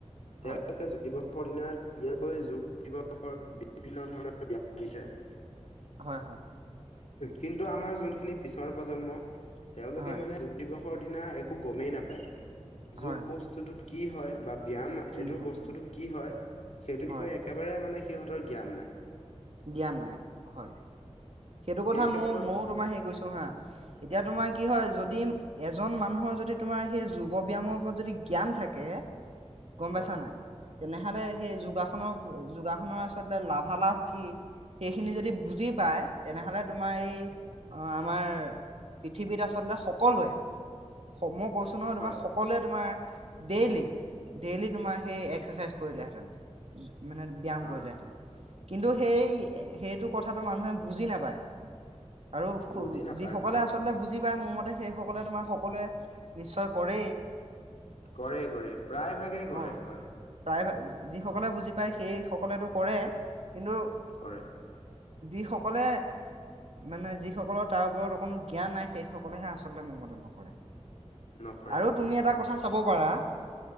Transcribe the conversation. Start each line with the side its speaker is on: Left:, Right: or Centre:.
Left: তেওঁলোকে
Right: হয়
Left: য। দিনা ধুনীয়াকৈ যোগ দিব। বিভিন্ন ধৰণৰ <unintelligible>
Right: হয় হয়
Left: কিন্তু আমাৰ যোনখিনি। পিছৰ প্ৰজন্ম। তেওঁলোকে
Right: হয়
Left: মানে যোগ দিৱস ৰ দিনা একো গমেই নাপায়।
Right: হয়
Left: যোগ বস্তুটোত। কি হয় বা। ব্যায়াম এইটো
Right: কি হয়
Left: বস্তুতটো
Right: হয়
Left: কি হয় সেইটো
Right: হয়
Left: বিষয়ে একেবাৰে মানে। সিহঁতৰ জ্ঞান নাই।
Right: জ্ঞান নাই হয়। সেইটো
Left: সেই
Right: কথা
Left: ক্ষেত্ৰত
Right: ময় ময়ো তোমাৰ হেৰি কৈছো হা, এতিয়া তোমাৰ কি হয় যদি। এজন মানুহৰ যদি তোমাৰ সেই যোগ ব্যয়ায়ামৰ ওপৰত যদি জ্ঞান থাকে। কম
Left: হয়
Right: বেচা নাই। তেনেহলে সেই যোগাসনৰ যোগাসনৰ আচলতে লাভালাভ কি সেইখিনি যদি বুজি পায়। তেনেহলে তোমাৰ এই, আমাৰ পৃথিৱীত আচলতে সকলোৱে। মই কৈছো নহ
Left: হয়
Right: তোমাৰ সকলোৱে তোমাৰ ডেইলি, ডেইলি তোমাৰ সেই একৰচাইজ কৰিলেহেঁতেন। মানে ব্যায়াম
Left: হয়
Right: কৰিলেহেঁতেন। কিন্তু সেই সেইটো কথাটো মানুহে। বুজি নাপায়। আৰু
Left: বুজি নাপায়
Right: যিসকলে
Left: হয়
Right: আচলতে বুজি পায়, মোৰ মতে সেই সকলে তোমাৰ সকলোৱে, নিশ্চয়। কৰে।
Left: কৰে কৰে, প্ৰায় ভাগেই কৰে
Right: অ'
Left: হয়।
Right: প্ৰায় যিসকলে বুজি পায় সেই সকলে কৰে। কিন্তু।
Left: কৰে
Right: যিসকল সকলে মানে যিসকলৰ তাৰ ওপৰত অকোনো জ্ঞান নাই সেই সকলেহে আচলতে মোৰমতে নকৰে
Left: নকৰে
Right: আৰু
Left: হয়
Right: তুমি এটা কথা লব পাৰা